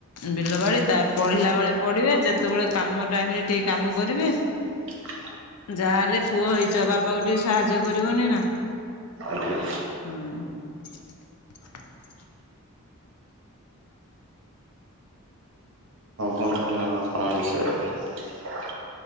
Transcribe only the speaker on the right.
ହ <unintelligible>
ଆଜ୍ଞା।
କୁ ମମ୍ ଆପଣଙ୍କ ବିଷୟରେ <unintelligible>